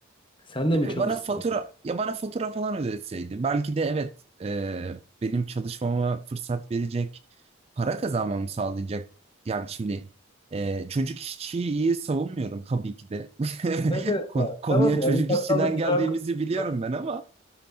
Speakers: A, on the left; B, on the right.
A: Sen de
B: Ne
A: mi
B: bileyim
A: çalışsın?
B: bana fatura ya bana fatura falan ödetseydi belki de evet e, benim çalışmama fırsat verecek para kazanmamı sağlayacak yani şimdi e, çocuk işçiyi iyi savunmuyorum tabii ki de <laughs>
A: Evet, evet
B: Kon-
A: ya.
B: konuya
A: Tamam ya
B: çocuk
A: bir bakkalda
B: işçiden
A: çırak
B: geldiğimizi biliyorum
A: olmak,
B: ben ama